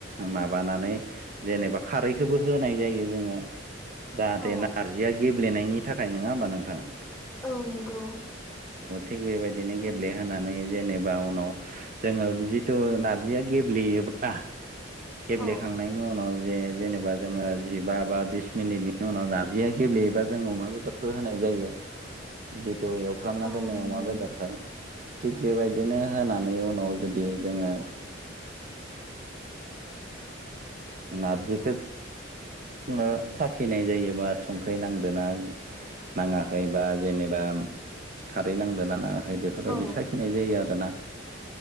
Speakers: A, on the right (about 45°); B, in the centre.
A: माबानानै जेनेबा खारैखोबो होनाय जायो जोङो। जाहाथे
B: औ
A: नारजिया गेब्लेनायनि थाखाय नोङा होमबा नोंथाङ?
B: औ नंगौ।
A: थिग बेबायदिनो गेब्लेहोनानै
B: औ
A: जेनेबा उनाव जोङो जिथु नारजिया गेब्लेयो बा गेब्लेखांनायनि
B: औ
A: उनाव जे जेनेबा जोङो जिबा बा बिस मिनिटनि उनाव नारजिया गेब्लेयोबा जों अमा बेदरखौ होनाय जायो बि दहाय एवफ्रामना
B: औ
A: दोननाय
B: नंगौ
A: अमा बेदरखौ थिग बेबायदिनो होनानै
B: औ
A: उनाव जु दि जोङो नारजिखो जोङो साखिनाय जायो बा संख्रि नांदों ना नाङाखै बा जेनेबा खारै नांदोंना नाङाखै बेफोरबायदि
B: औ
A: साखिनाय जायो आरोना